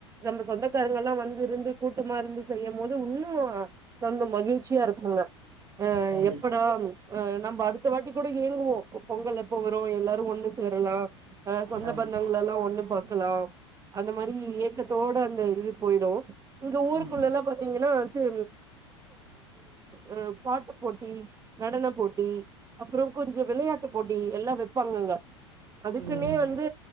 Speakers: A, on the right; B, on the right.
A: நம்ம சொந்தக்காரங்கல்லா வந்து இருந்து கூட்டமா இருந்து செய்யம் போது உன்னு ரொம்ப மகிழ்ச்சியா இருக்குங்க ஆ
B: கண்டிப்பாக
A: எப்படா ஆ நம்ப அடு அடுத்த வாட்டி கூட ஏங்குவோ பொங்கல் எப்ப வரு எல்லாரு ஒண்ணு சேரலா ஆ சொந்த
B: ஆமாம்
A: பந்தங்கள எல்லா ஒண்ணு க்கலாம் அந்த மாரி ஏக்கத்தோட அந்த இது போயிடு இங்க ஊருக்குள்ளல்லா
B: ம்
A: பாத்தீங்கன்னா து ஆ பாட்டு போட்டி நடன போட்டி அப்பறோ கொஞ்சொ விளையாட்டு போட்டி எல்லா வெப்பாங்கங்க அதுக்குன்னே
B: ம்
A: வந்து